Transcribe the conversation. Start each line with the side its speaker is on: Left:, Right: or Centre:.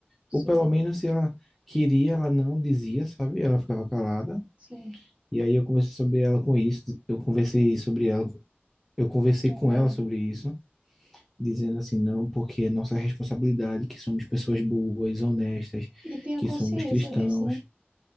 Right: Sim,
Centre: ou pelo menos se ela queria, ela não dizia, sabe? Ela ficava calada.
Right: sim,
Centre: E aí eu conversei sobre ela com isso, eu conversei sobre ela, eu conversei
Right: com
Centre: com
Right: ela.
Centre: ela sobre isso, dizendo assim, não, porque é nossa responsabilidade que somos pessoas boas, honestas,
Right: E tenha
Centre: que
Right: consciência
Centre: somos cristãos,
Right: disso, né?